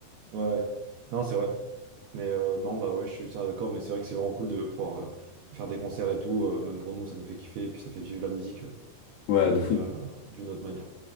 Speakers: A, on the right; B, on the left.
A: Ouais, ouais. Non, c'est vrai. Mais euh, non, bah ouais, je suis ça d'accord, mais c'est vrai que c'est vraiment cool de pouvoir euh, faire des concerts et tout, euh, même pour nous, ça nous fait kiffer, et puis ça fait vivre la musique euh,
B: Ouais,
A: d'une
B: de fou.
A: euh, d'une autre manière.